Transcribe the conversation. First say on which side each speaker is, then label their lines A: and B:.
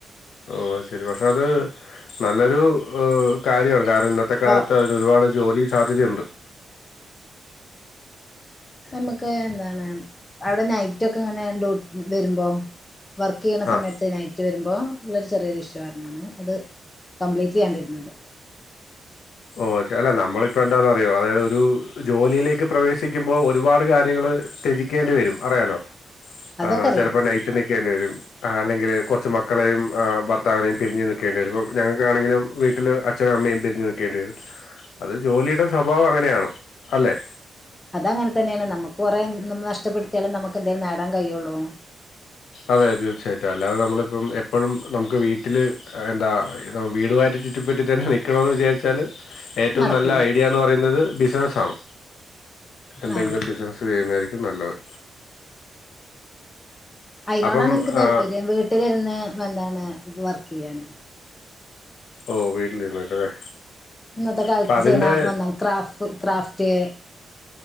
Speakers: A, on the left; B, on the left.
A: ഓ ശരി പക്ഷെ അത് നല്ലൊരു കാര്യണ് ക ഇന്നത്തെ കാലത്ത്
B: ഓ
A: അതിനോരുപാ ജോലി സാധ്യതയുണ്ട്
B: നമുക്ക് എന്താണ് അവിടെ നൈറ്റ് ഒക്കെ ഇങ്ങനെ ഡ വരുമ്പോ വർക്ക് ചെയ്യണ
A: ആ
B: സമയത്ത് നൈറ്റ് വരുമ്പോ ഉള്ളൊരു ചെറിയൊരു ഇഷ്യൂ കാരണമാണ് അത് കംപ്ലീറ്റ് ചെയ്യാണ്ടിരുന്നത്
A: ഓ അല്ല നമ്മളിപ്പോ എന്താന്ന് അറിയോ അതായത് ഒരു ജോലിയിലേക്ക് പ്രവേശിക്കുമ്പോ ഒരുപാട് കാര്യങ്ങൾ ത്യജിക്കേണ്ടി വരും അറിയാലോ
B: അതൊക്കെ
A: ആ
B: അറിയാം
A: ചിലപ്പോ നൈറ്റ് നിക്കേണ്ടി വരും അല്ലെങ്കിൽ കൊറച്ച് മക്കളെയും ഭർത്താവിനെയും പിരിഞ്ഞു നിക്കേണ്ടി വരും ഞങ്ങൾക്കാണെങ്കിലും വീട്ടില് അച്ഛനും അമ്മയും പിരിഞ്ഞു നി നിക്കേണ്ടി വരും അത് ജോലിയുടെ സ്വഭാവം അങ്ങനെയാണ് അല്ലെ
B: അത് അങ്ങനെ തന്നെയാണ് നമുക്ക് കുറേ മം നഷ്ടപ്പെടുത്തിയാലും നമുക്ക് എന്തേലും നേടാൻ കഴിയുള്ളൂ
A: അതെ തീർച്ചയായിട്ടും അല്ലാതെ നമ്മളിപ്പം എപ്പഴും നമുക്ക് വീട്ടില് എന്താ വീടും ആയിട്ട് ചുറ്റിപ്പറ്റി തന്നെ നിക്കണന്ന് വിചാരിച്ചാല് ഏറ്റവും
B: നടക്കൂല
A: നല്ല ഐഡിയാന്ന് പറയുന്നത് ബിസിനസ്സ് ആണ് എന്തെങ്കിലും
B: ആ
A: ബിസിനസ്സ് ചെയ്യുന്നതായിരിക്കും നല്ലത്
B: അയിനോടാണ്
A: അപ്പം
B: എനിക്ക് താല്പര്യം
A: ആഹ്
B: വീട്ടിലിരുന്ന് നല്ലാണ് വർക്ക് ചെയ്യാൻ
A: ഓ വീട്ടിലിരുന്നിട്ടല്ലേ
B: ഇന്നത്തെ കാലത്ത്
A: അപ്പൊ അതിന്റെ
B: ചെയ്ണ വന്ന ക്രാഫ് ക്രാഫ്റ്റ്